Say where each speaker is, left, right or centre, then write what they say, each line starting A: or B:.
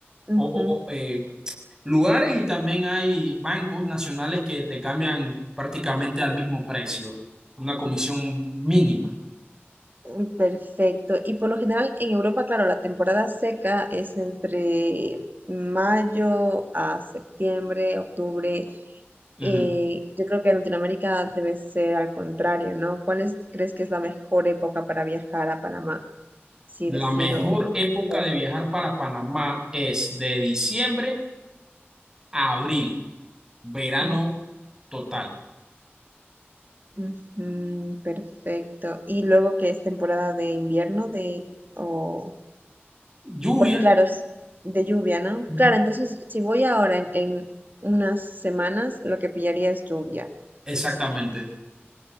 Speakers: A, on the right; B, on the right.
A: Ujú.
B: o- o- o, eh, lugares y también hay bancos nacionales que te cambian prácticamente al mismo precio, una comisión mínima.
A: Mm, Perfecto. Y por lo general en Europa, claro, la temporada seca es entre mayo a septiembre, octubre.
B: Ujú.
A: Y yo creo que en Latinoamérica debe ser al contrario, ¿no? ¿Cuál es- crees que es la mejor época para viajar a Panamá si
B: La
A: decido
B: mejor época
A: hacerlo?
B: de viajar para Panamá es de diciembre a abril, verano
A: Mm,
B: total.
A: ujú, perfecto. Y luego que es temporada de invierno de o
B: Lluvia,
A: Porque claro, es de lluvia, ¿no?
B: Ujú.
A: Claro, entonces si voy ahora en, en unas semanas, lo que pillaría es lluvia.
B: exactamente,